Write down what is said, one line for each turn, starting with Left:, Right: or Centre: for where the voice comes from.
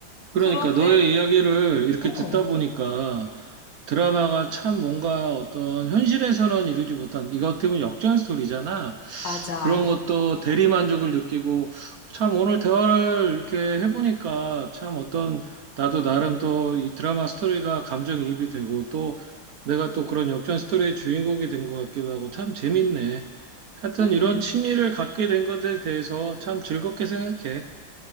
Right: 그러니까
Left: 그런데
Right: 너의 이야기를 이렇게
Left: 어,
Right: 듣다 보니까 드라마가 참 뭔가 어떤 현실에서는 이루지 못한, 이거 어떻게 보면 역전 스토리잖아.
Left: 맞아.
Right: 그런 것도 대리만족을 느끼고 참 오늘 대화를 이렇게 해보니까 참 어떤 나도 나름 또 이 드라마 스토리가 감정이입이 되고 또 내가 또 그런 역전 스토리의 주인공이 된 것 같기도 하고 참 재밌네. 하여튼
Left: 음.
Right: 이런 취미를 갖게 된 것에 대해서 참 즐겁게 생각해.